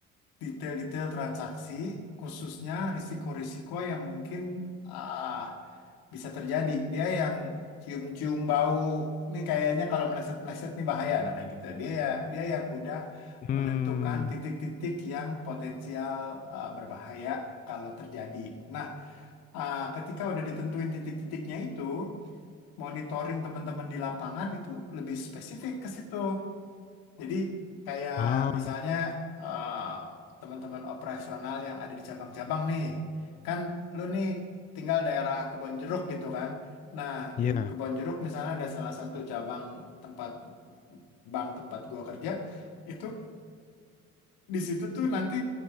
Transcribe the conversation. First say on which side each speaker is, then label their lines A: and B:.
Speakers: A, on the left (about 60°); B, on the left (about 20°).
A: detail-detail transaksi khususnya risiko-risiko yang mungkin ah, bisa terjadi dia yang cium-cium bau nih kayaknya kalau meleset-meleset nih bahaya nah kayak gitu dia ya dia yang udah
B: mmm,
A: menentukan titik-titik yang potensial uh, berbahaya kalau terjadi nah uh, ketika udah ditentuin titik-titiknya itu monitoring teman-teman di lapangan itu lebih spesifik ke situ jadi kayak
B: ah,
A: misalnya eh, teman-teman operasional yang ada di cabang-cabang nih, kan lu nih tinggal daerah Kebon Jeruk gitu kan. Nah,
B: iya,
A: di Kebon Jeruk misalnya ada salah satu cabang tempat bank tempat gua kerja, itu di situ tuh nanti